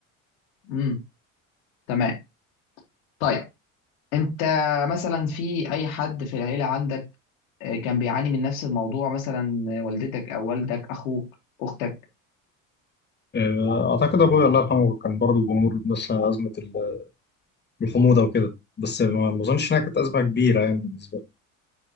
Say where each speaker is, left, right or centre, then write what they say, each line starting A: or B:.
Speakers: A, on the left; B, on the left.
A: امم تمام طيب انت مثلا في اي حد في العيلة عندك آه، كان بيعاني من نفس الموضوع مثلا آه، والدتك او والدك اخوك اختك
B: آه، أعتقد أبويا الله يرحمه كان برضه بيمر بنفس أزمة ال- الحموضة وكده بس ما ما أظنش إنها كانت أزمة كبيرة يعني بالنسبة لي